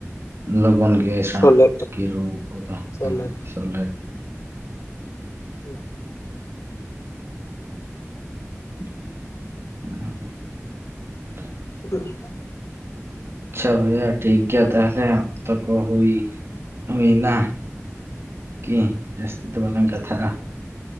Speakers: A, on the right (about 55°); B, on the left (about 70°).
A: ᱞᱚᱜᱚᱱ ᱜᱮ ᱥᱮᱬᱟ
B: ᱥᱚᱞᱦᱮ
A: ᱟᱨᱠᱤ ᱨᱩᱢ ᱠᱚᱫᱚ
B: ᱥᱚᱞᱦᱮ
A: ᱦᱮᱸ ᱥᱚᱞᱮ
B: ᱦᱩᱸ
A: ᱚᱻ
B: ᱦᱻ
A: ᱟᱪᱪᱷᱟ ᱵᱷᱚᱭᱭᱟ ᱴᱷᱤᱠ ᱜᱮᱭᱟ ᱛᱟᱦᱞᱮ ᱚᱠᱛᱚ ᱠᱚ ᱦᱩᱭ ᱦᱩᱭ ᱮᱱᱟ ᱠᱤ ᱡᱟᱹᱥᱛᱤ ᱫᱚ ᱵᱟᱝᱞᱟᱝ ᱠᱟᱛᱷᱟᱜ ᱟ